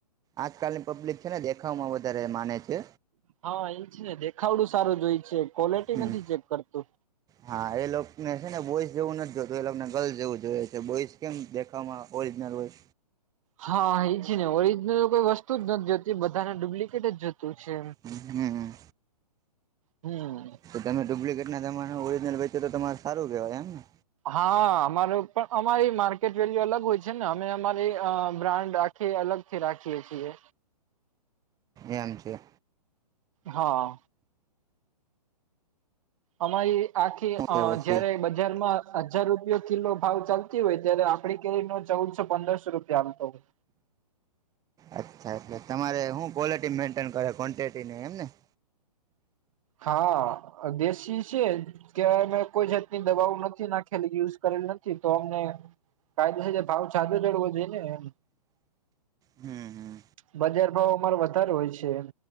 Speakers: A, on the right; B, on the right.
A: આજકાલની પબ્લિક છે ને દેખાવમાં વધારે માને છે.
B: હા એ છે ને દેખાવડું સારું જોય છે. ક્વોલિટી
A: હમ્મ
B: નથી ચેક કરતું
A: હા એ લોકોને છે ને બોઈ જેવું નથી. તો એ લગ્ને ગર્લ્સ જેવું જોઈએ છે બોઈસ કેમ દેખાવામાં ઓરિજનલ હોય.
B: હા એ છે ને ઓરિજનલ કોઈ વસ્તુ જ નથી જતી બધાને ડુપ્લિકેટ જ જતું છે.
A: હમ્મ.
B: હમ્મ.
A: તો તમે ડુપ્લિકેટ ના જમાના મા ઓરિજિનલ વચો તો તમારે સારું કેહેવાય એમ ને.
B: હા અમારો પણ અમારી માર્કેટ વેલ્યુ અલગ હોય છે ને અમે અમારી બ્રાન્ડ અલગ થી રાખીએ છીએ.
A: એમ છેે
B: હા અમારી આખી
A: શું કે
B: અ
A: પછી
B: જયારે બજારમાં હજાર રૂપિયો કિલો ભાવ ચાલતી હોય ત્યારે આપડી કેરી નો ચૌદસો પંદરસો રૂપિયા આવતો હોય
A: અચ્છા એટલે તમારે હુ ક્વોલિટી મેન્ટેન કરે કૉન્ટૅટી નહીં એમ ને <inaudible>
B: હા દેશી છે કે અમે કોઈ જાતની દવાઓ નથી નાખેલી યુઝ કરેલ નથી તો અમને કાયદો છે ભાવ સાજો ચડવો જોઈ ને એમ
A: હમ હમ
B: બજાર ભાવ અમારે વધારે હોય છે